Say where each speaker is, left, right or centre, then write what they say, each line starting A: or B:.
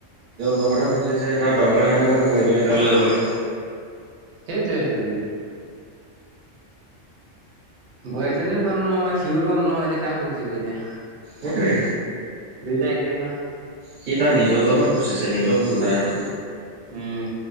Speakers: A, on the right; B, on the right.
A: জহতে ফচিছে তাৰ দৰকাৰ নাই নহয় সেই বৌ এজনীয়ে তাই যাবলৈ
B: সেই তোৱে টো বোৱাৰীএজনীও কম নহয় সিও কম নহয় এতিয়া কাক দুুখ দিব য়োএতিয়া
A: হেটোৱে
B: দুইটা এক ন
A: সি তাৰ নিজৰ জখত ফুচিছে নিজৰ ভুল তাৰ এটো
B: উম